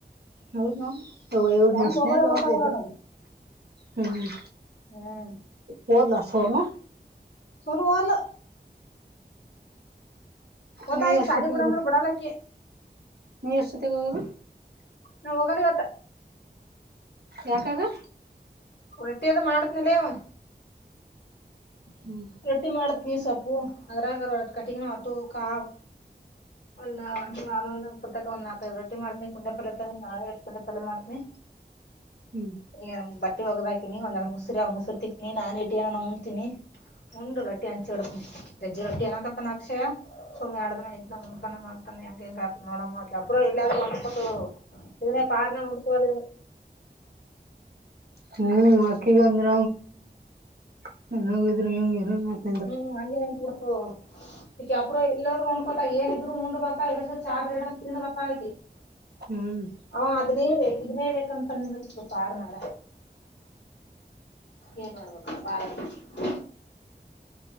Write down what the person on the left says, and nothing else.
ಟೈಮ್
ಹೋಗೋದ ಗೊತ್ತಾಗಲ್ಲ
ನೋಡ
ಹ್ಮ್
ಸೋನು ಹೋದ್ಲು ಗೊತ್ತಾಯ್
ಸಾಲಿ ಬಿಡಂದ್ರ ಬಿಡಲಕ್ಕಿ
ನಾ್ ಹೋಗಲ್ ಇವತ್ತು
ರೊಟ್ಟಿ ಅದ ಮಾಡತ್ನನೀಲವ್ವ
ರೊಟ್ಟಿ ಮಾಡತ್ ನೀ ಸೊಪ್ಪು ಅದ್ರಾಗ ಕಟ್ಟಗನ ಹೊತ್ತು ಕಾ ಒಂದ <unintelligible> ಕುಟ್ಟಕ ಒಂದ ನಾಲ್ಪೈ ಟ್ಟ ಮಾಡ್ತನಿ ಕುಂಡಫಲ ತಲ್ಲ ನಾಳೆ ಕುಂಡ ಫಲ ಮಾಡ್ತನಿ
ಈ ಬಟ್ಟೆ ಹೋಗದಾಕಿನಿ ಒಂದ ಎರಡ್ ಮುಸ್ರೇ ಅವ ಮುಸ್ರೆ ತಿಕ್ನಿ ನಾನ <unintelligible> ಏನಾನಾ ಉಣ್ಣ್ತಿನಿ ಉಂಡ್ ರಟ್ಟಿ ಹಂಚಿಡತ ಜಜ್ಜ ರೊಟ್ಟಿ ಅನಕತ್ತನ್ ಅಕ್ಷಯ ಸುಮ್ಮ್ ಎರಡದಿನ ಇದ್ದನ <unintelligible> ಮಾಡ್ತಾನ ಹೆಂಗ ಹೆಂಗತ ನೋಡಮಾ <unintelligible> ಎಲ್ಲಾದ್ರು ಒಂದ್ಬಟ್ಟು ಇದ್ರೆ ಪಾರ್ನೆ ಉಂದ್ಕೋ <unintelligible>
ಹ್ಮ್ ಹಂಗೇನಂತ ಬುಡಕ್ಕ ಈಕ್ಕೆ ಅಪ್ರ ಎಲ್ಲರು ಅನ್ಕೋತರ ಏನಿದ್ರು ಉಂಡ್ ಬರ್ತಾಳಾ ಚಾ <unintelligible> <unintelligible>
ಹ ಅದನ್ನೇ ಹೇಳ್ದೆ ಬೇಕ್ <unintelligible> <unintelligible> ಬೇಕಂತನ್ ಪಾರ್ ನಡ ಏನ್ ಮಾಡ್ಬೇಕು ಬ